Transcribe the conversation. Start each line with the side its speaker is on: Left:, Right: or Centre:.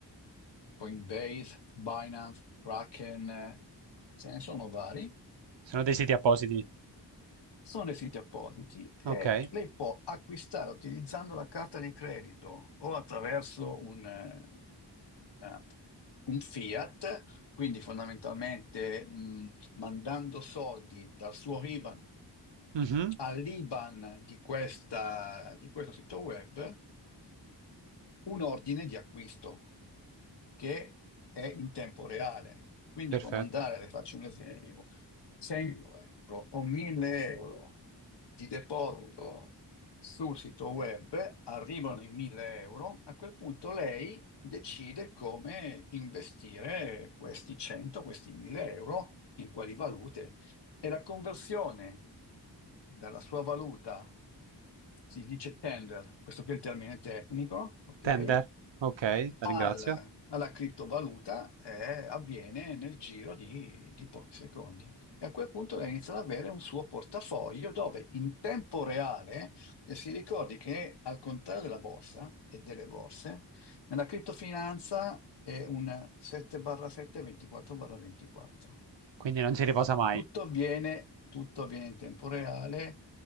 Left: Coinbase, Binance, Kraken, eh, ce ne sono vari.
Right: Sono dei siti appositi.
Left: Sono dei siti appositi e
Right: Okay.
Left: lei può acquistare utilizzando la carta di credito o attraverso un, eh, eh, un fiat, quindi fondamentalmente mh, mandando soldi dal suo IBAN
Right: Mh-mh.
Left: all'IBAN di questa- di questo sito web, un ordine di acquisto. che è in tempo reale. Quindi
Right: Perfe
Left: può mandare, le faccio un esempio, 100 euro o 1000 euro di deposito sul sito web, arrivano i 1000 euro, a quel punto lei decide come investire questi 100, questi 1000 euro in quali valute. E la conversione dalla sua valuta si dice tender, questo qui è il termine tecnico, ok?
Right: tender. Okay, la
Left: al-
Right: ringrazio.
Left: alla criptovaluta eh, avviene nel giro di, di pochi secondi. E a quel punto lei inizia ad avere un suo portafoglio dove in tempo reale, e si ricordi che al contrario della borsa e delle borse, nella criptofinanza è un 7/7, 24/24.
Right: Quindi non si riposa mai.
Left: Tutto avviene, tutto avviene in tempo reale